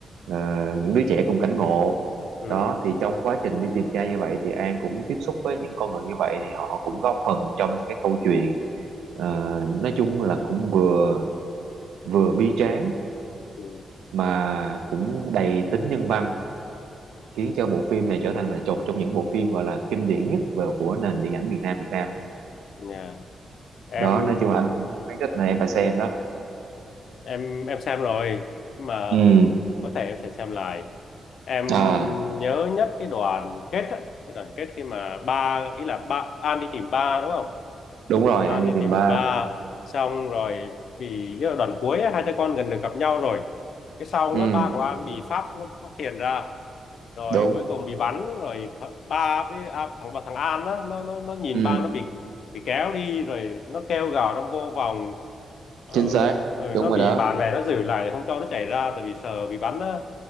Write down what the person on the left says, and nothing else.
ừ
ừ
nhà em
em em xem rồi mà
có thể em sẽ xem lại em
nhớ nhất cái đoàn kết á, cái đoàn kết khi mà ba ý là ba An đi tìm ba đúng không
An
đi
tìm
ba xong rồi vì cái đoạn cuối ấy, hai cha con gần được gặp nhau rồi cái xong
á, ba của An bị Pháp nó, nó tiền ra rồi
cuối cùng bị bắn rồi th- ba với à, thằng và thằng An á, nó nó nó nhìn
ba nó bị bị kéo đi rồi nó kêu gào trong vô vòng rồi,
rồi
nó
bị
bạn bè nó giữ lại không cho nó chạy ra tại vì sợ bị bắn á